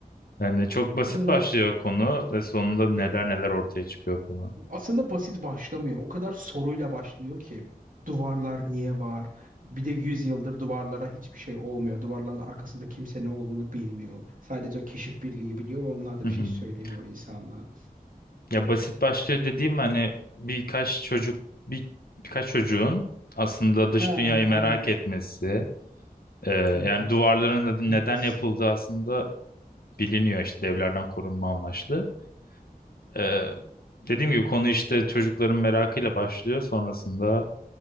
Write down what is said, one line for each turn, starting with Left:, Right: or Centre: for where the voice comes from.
Left: Yani çok basit
Right: Ee,
Left: başlıyor konu ve sonunda neler
Right: ya
Left: neler ortaya çıkıyor falan.
Right: aslında basit başlamıyor. O kadar soruyla başlıyor ki. Duvarlar niye var? Bir de 100 yıldır duvarlara hiçbir şey olmuyor. Duvarların arkasında kimse ne olduğunu bilmiyor. Sadece o keşif birliği biliyor ve onlar da
Left: <laughs>
Right: bir şey söylemiyor insanlığa.
Left: Ya basit başlıyor dediğim hani birkaç çocuk bir, birkaç çocuğun aslında dış
Right: He, aynen.
Left: dünyayı merak etmesi e, yani
Right: Evet evet
Left: duvarların neden
Right: haklısın.
Left: neden yapıldığı aslında biliniyor işte devlerden korunma amaçlı. E, dediğim gibi konu işte çocukların merakıyla başlıyor sonrasında